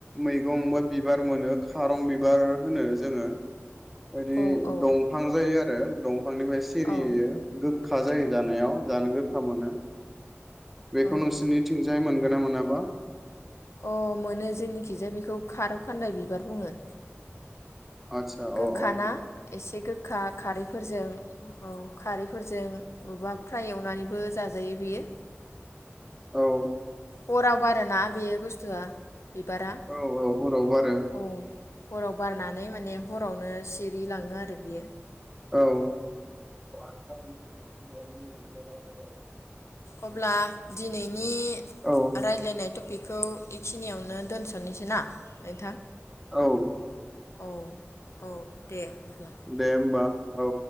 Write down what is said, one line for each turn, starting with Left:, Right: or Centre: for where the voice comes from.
Centre: मैगं बा बिबार मोनो खारं बिबार होनो जोङो। ओदि
Left: औ औ
Centre: दंफां जायो आरो। दं फांनिफ्राय सिरियो
Left: औ
Centre: गोखा जायो जानायाव जानो गो खा मोनो। बेखौ
Left: औ
Centre: नोंसोरनिथिंजाय मोन गोन मोनाबा?
Left: अ मोनो जोंनिखिजाया बेखौ खारौ खान्दाय बिबार बुङो।
Centre: आदसा
Left: गोखाना
Centre: अ अ
Left: एसे गोखा खारैफोरजों औ खारैफोरजों बबेबा फ्राय एवनानैबो जाजायो बेयो।
Centre: औ
Left: हराव बारोना बे बुस्थुआ? बिबारा
Centre: औ औ हराव बारो।
Left: औ हराव बारनानै माने हरावनो सिरि लाङो आरो बियो।
Centre: औ <inaudible> <unintelligible>
Left: अब्ला दिनैनि
Centre: औ
Left: रायज्लायनाय टपिकखौ एखिनियावनो दोनसनोसै ना नोंथां
Centre: औ
Left: औ औ। दे। अब्ला
Centre: दे होमबा। औ